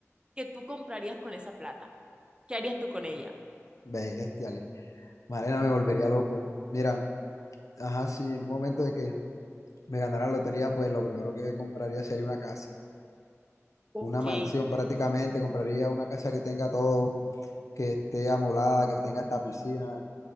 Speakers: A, on the right; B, on the left.
A: que tú comprarías con esa plata? ¿Qué harías tú con ella?
B: Bestiale. Mariana me volvería loco. Mira, ajá, sí, en un momento de que me ganara la lotería, pues lo primero que compraría sería una casa,
A: Ok.
B: una mansión prácticamente. Compraría una casa que tenga todo, que esté amoblada, que tenga hasta piscina.